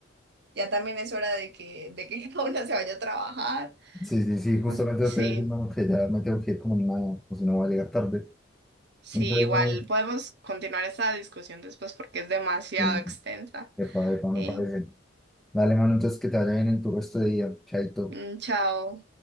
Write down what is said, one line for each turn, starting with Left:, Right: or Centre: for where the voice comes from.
Right: ya también es hora de que, de que <laughs> cada uno se vaya a trabajar.
Centre: Sí, sí, sí, justamente
Right: Bueno, Sí,
Centre: lo te voy a decir, hermano, que ya me tengo que ir como nada, o si no voy a llegar tarde.
Right: sí,
Centre: Entonces,
Right: igual
Centre: no,
Right: podemos continuar esta discusión después porque es demasiado
Centre: eh,
Right: extensa.
Centre: epa, epa,
Right: Eh,
Centre: me parece. Dale, mano, entonces que te vaya bien en tu resto de día. Chaito.
Right: mm, chao.